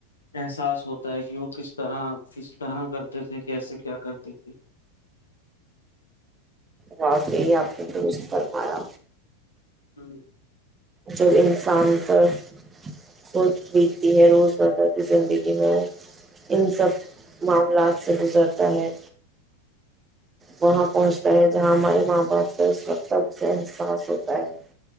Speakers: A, on the left (about 75°); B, on the right (about 20°).
A: احساس ہوتا ہے کہ وہ کس طرح کس طرح کرتے تھے کیسے کیا کرتے تھے
B: واق ہی آپنے تو کھ فرمایا
A: ہوں
B: جب انسان پر خود بیتتی ہے روزمرہ کی زندگی میں وہ ان سب معاملات سے گزرتا ہے وہاں پہنچتا ہے جہاں ہمارے ماں باپ سے اس وقت تب اسے احساس ہوتا ہے